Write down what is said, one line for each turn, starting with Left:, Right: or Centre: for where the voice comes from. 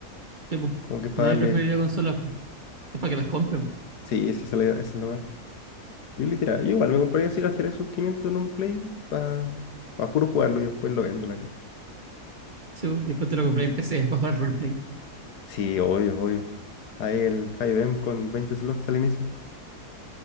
Right: Sí, pues.
Left: Como que es para
Right: Nadie
Left: darle.
Right: preferiría consolas, pues. Es para que las compren.
Left: Sí, sí, se le la idea, esa Yo literal, yo igual me compraría así, gastaría sus 500 en un play para puro jugarlo y después lo vendo la cara.
Right: Sí, pues. Y después te lo compré en PC, para jugar roleplay.
Left: Sí, obvio, obvio. Ahí el 5M con 20 slots al inicio.